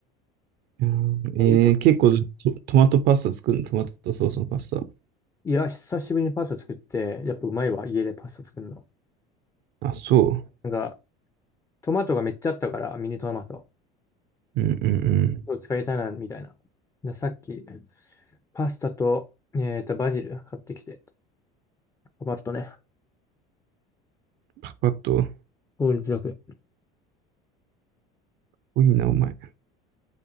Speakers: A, on the right; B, on the left.
A: うんえー、
B: 日。
A: 結構ト、トマトパスタ作るのトマトソースのパスタ。
B: いや、久しぶりにパスタ作って、やっぱうまいわ、家でパスタ作るの。
A: あ、そ
B: なんか、トマトがめっちゃあったから、ミニトマト。
A: う。うんうんうん。
B: 今日使いたいな、みたいな。で、さっき、パスタと、えーっと、バジル買ってきて、パパッとね、
A: パパッと。
B: 効率よく、
A: 多いな、お前。